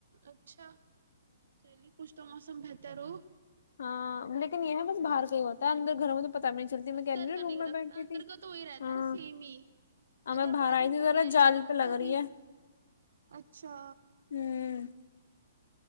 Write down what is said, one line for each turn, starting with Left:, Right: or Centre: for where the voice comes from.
Right: اچھا چلیے کچھ تو موسم بہتر ہو
Left: ہاں لیکن یہ نا بس باہر کا ہی ہوتا ہے اندر گھروں میں تو پتہ بھی نہیں چلتی میں
Right: اندر
Left: کہہ رہی نا
Right: کا
Left: روم
Right: نہیں
Left: میں
Right: رکھتا
Left: بیٹھتی
Right: اندر
Left: تھی
Right: کا تو وہی رہتا
Left: ہاں
Right: ہے سیم ہی
Left: ہاں میں
Right: اگر
Left: باہر
Right: بارش
Left: آئی تھی
Right: بھی
Left: ذرا
Right: ہو جائے
Left: جال
Right: گی نا
Left: پہ لگ
Right: تو
Left: رہی
Right: بھی
Left: ہے
Right: اچھا
Left: ہ